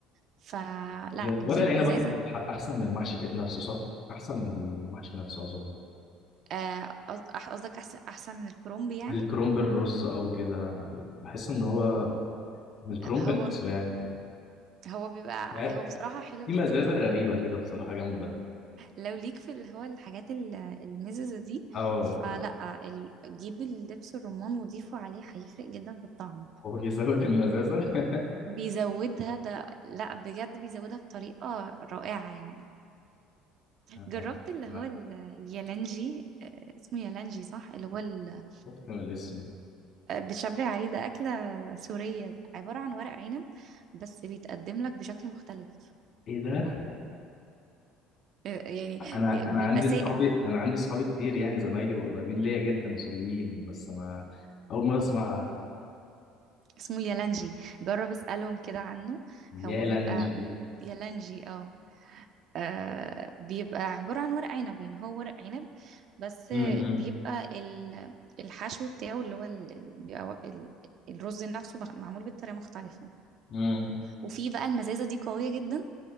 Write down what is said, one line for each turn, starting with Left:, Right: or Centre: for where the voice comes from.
Right: فلا
Left: لأن ورق
Right: جيب
Left: العنب
Right: ازازه
Left: احسن احسن من المحشي في نفسه صح احسن من المحشي نفسه اظن
Right: آه، قص- قصدك احسن احسن من الكرومبي يعني
Left: الكرنب الرز او كده انا بحس ان هو من الكرنب
Right: هو
Left: نفسه يعني
Right: هو بيبقى
Left: مش عارف
Right: هو بصراحه حلو
Left: في
Right: جدا
Left: مزازه غريبه كده بصراحه جامده
Right: لو ليك في اللي هو الحاجات ال- المززه دي
Left: اه
Right: فلا ال- جيب الدبس الرمان وضيفه عليه هيفرق جدا في الطعم
Left: هو بيزود المزازه
Right: بيزودها ده لا بجد بيزودها بطريقة رائعة يعني
Left: <laughs> انا
Right: جربت اللي
Left: أنا
Right: هو ال- اليالانجي آه، اسمه يالانجي صح اللي هو ال-
Left: خفت من الاسم
Right: آه، بتشبه عليه ده أكلة سورية عبارة عن ورق عنب بس بيتقدم لك بشكل مختلف
Left: ايه ده
Right: آه، يعني
Left: انا
Right: آه،
Left: انا
Right: بيبقى
Left: عندي
Right: ساقع
Left: اصحابي انا عندي اصحابي كتير يعني زمايلي وقريبين ليا جدا مصريين بس انا اول مره اسمع
Right: اسمه يالانجي جرب اسألهم كده عنه
Left: يا
Right: هو
Left: لانجي
Right: بيبقى يالانجي اه آه بيبقى عبارة عن ورق عنب يعني هو ورق عنب بس
Left: امم
Right: بيبقى ال- الحشو بتاعه اللي هو ال- ال- بيبقى و- ال- الرز نفسه مخ- معمول بطريقة مختلفة
Left: امم
Right: وفي بقى المزازة دي قوية جدا